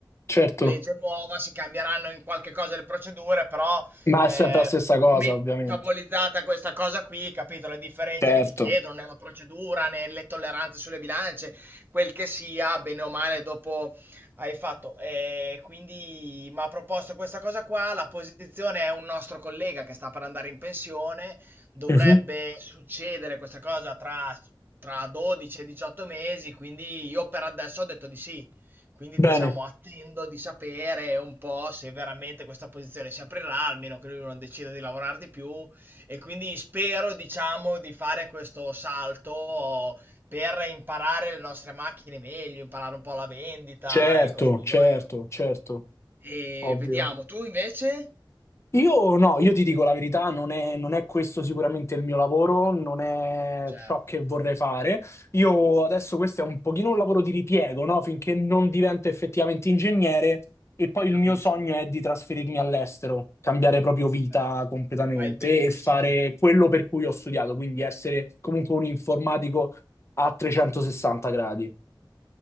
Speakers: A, on the left; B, on the right.
A: Certo,
B: legge nuova, si cambieranno in qualche cosa le procedure, però
A: ma
B: eh,
A: è sempre la stessa cosa,
B: metabolizzata
A: ovviamente.
B: questa cosa qui, capito? Le differenze
A: Certo.
B: che ti chiedono nella procedura, nelle tolleranze sulle bilance, quel che sia, bene o male, dopo hai fatto. E quindi mi ha proposto questa cosa qua, la posizione è un nostro collega che sta per andare in pensione, dovrebbe
A: Mhm.
B: succedere questa cosa tra... Tra 12 e 18 mesi, quindi io per adesso ho detto di sì. Quindi
A: Bene,
B: diciamo attendo di sapere un po' se veramente questa posizione si aprirà, almeno che lui non decida di lavorare di più e quindi spero diciamo di fare questo salto per imparare le nostre macchine meglio, imparare un po' la vendita
A: certo,
B: e così
A: certo,
B: noi
A: certo,
B: e
A: ovvio.
B: vediamo. Tu invece?
A: Io no, io ti dico la verità, non è, non è questo sicuramente il mio lavoro, non è
B: Certo,
A: ciò che vorrei fare. Io adesso questo è un pochino un lavoro di ripiego, no? Finché non divento effettivamente ingegnere e poi il
B: capisco.
A: mio sogno è di trasferirmi all'estero, cambiare proprio vita
B: Bello.
A: completamente
B: Fai benissimo.
A: e fare quello per cui ho studiato, quindi essere comunque un informatico a 360 gradi.